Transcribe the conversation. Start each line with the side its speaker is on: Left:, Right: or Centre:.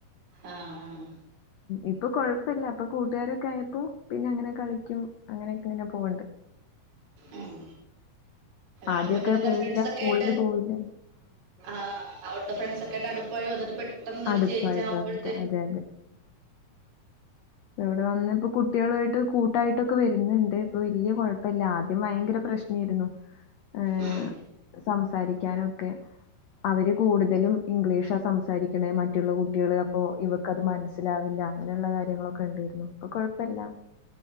Right: അ ആഹ്
Left: ഇപ്പൊ കൊഴപ്പല്ല അപ്പൊ കൂട്ടുകാരൊക്കായപ്പോ പിന്നെ അങ്ങനെ കളിക്കും അങ്ങനെയൊക്കെ അങ്ങനെക്കെങ്ങനെ പോവ്ണ്ട്
Right: ഉം
Left: ആദ്യൊക്കെ
Right: ആള് മറ്റേ നല്ല
Left: പോവില്ല
Right: ഫ്രണ്ട്സക്കായിട്ട്
Left: സ്കൂളില് പോവില്ല
Right: ആഹ് അവ് വിടെ ഫ്രണ്ട്സക്കൊയിട്ട് അടുപ്പായി വന്നിട്ട് പെട്ടെന്ന്
Left: അടുപ്പായിട്ട്
Right: ഒരു ചേയ് ഞ്ച് ആവുമ്പോഴത്തിന്
Left: വന്നിട്ട് അതെ ഇ പ്പ ഇവിടെ വന്ന് ഇപ്പ കുട്ടികളായിട്ട് കൂട്ടായിട്ടൊക്കെ വരുന്നുണ്ട് ഇപ്പൊ വലിയ കുഴപ്പല്ല ആദ്യം ഭയങ്കര പ്രശ്നം രുന്നു ഏ
Right: ഉം.
Left: സംസാരിക്കാനൊക്കെ അവര് കൂടുതലും ഇംഗ്ലീഷാ സംസാരിക്കണെ മറ്റുള്ള കുട്ടിയാ ള് അപ്പോ ഇവ ഇക്ക അത് മനസ്സിലാവില്ല അങ്ങനെയുള്ള കാര്യങ്ങളൊക്കെ ഇ ണ്ടായിരുന്നു ഇപ്പൊ കുഴപ്പല്ല